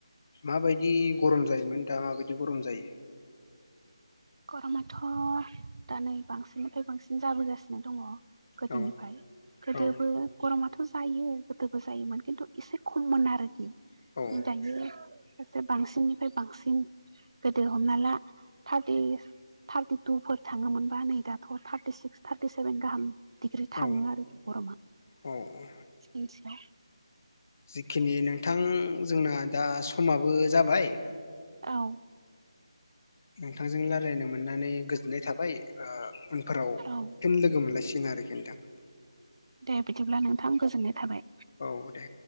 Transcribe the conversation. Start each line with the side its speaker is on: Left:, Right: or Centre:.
Left: माबायदि गरम जायोमोन दा माबायदि गरम जायो?
Right: गरमाथ' दा नै बांसिननिफ्राय बांसिन जाबोगासिनो दङ। गोदोनिफ्राय
Left: औ
Right: गोदोबो
Left: औ
Right: गरमाथ' जायो गोदोबो जायोमोन खिन्थु एसे खममोन आरोखि
Left: औ
Right: दायो ससे बांसिननिफ्राय बांसिन गोदो हमना ला दि थार्टि टुफोर थाङोमोनबा नै दाथ' थार्टि सिक्स थारटि सेभेन गाहाम डिग्रि
Left: औ
Right: थाङो आरोखि गरमा
Left: औ
Right: सानसेयाव
Left: जिखिनि नोंथां जोंना दा समाबो जाबाय
Right: औ
Left: नोंथांजों रायलायनो मोननानै गोजोननाय थाबाय उनफोराव
Right: औ
Left: फिन लोगो मोनलायसिन आरोखि नोंथां।
Right: दे बिदिब्ला नोंथां गोजोननाय थाबाय।
Left: औ दे